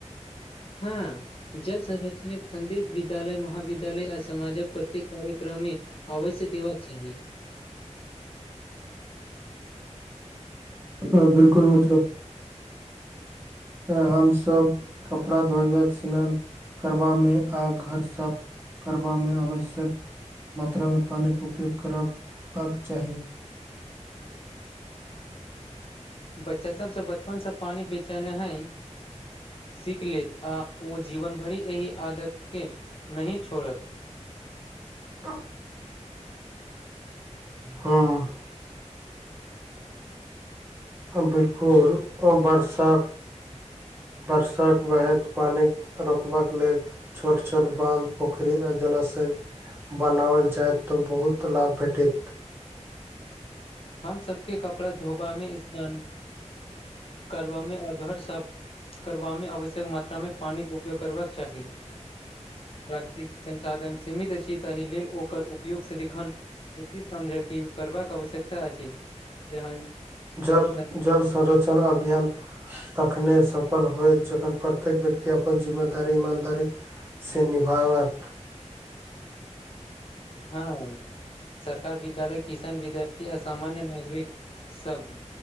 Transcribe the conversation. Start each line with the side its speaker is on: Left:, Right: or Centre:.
Left: हँ जल संरक्षणक सन्देश विद्यालय महाविद्यालय आ समाजक प्रत्येक कार्यक्रम मे अवश्य देबाका चाही
Right: ह बिलकुल मत्रब हमस कपड़ा धोब स्नान करबामे आ घर साफ करबामे आवश्यक मात्रामे पानिके उपयोग करबाक चाही
Left: बच्चा सबसँ बचपनसँ पानि बेचना है सीख लेत आ ओ जीवन भरि एहि आदतके नहि छोड़त
Right: आ हँ <unintelligible> <unintelligible> हँ बिलकुल वर्षा वर्षाक वहैत पानि रोकबाक लेल छोट छोट बंध पोखरी आ जलाशय बनावल चाहत तऽ बहुत लाभ भेटैत
Left: हम सबके कपड़ा धोबा मे स्नान करबा मे अगर सब करबामे आवश्यक मात्रामे पानिके उपयोग करबाक चाही प्राकतिक संसाधन सीमित अछि ताहि लेल ओकर योगसँ देखिखन उचित समझ क करबाक आवश्यक त अछि जहन
Right: जल
Left: जे सब
Right: जल संरक्षण अभियान तखने सफल होइत जखन प्रत्येक व्यकति अपन जिम्मेदारी इमानदारी से निभावत
Left: हँ सरकार विद्यालय किसान विद्यार्थी आ सामान्य नागरिक सब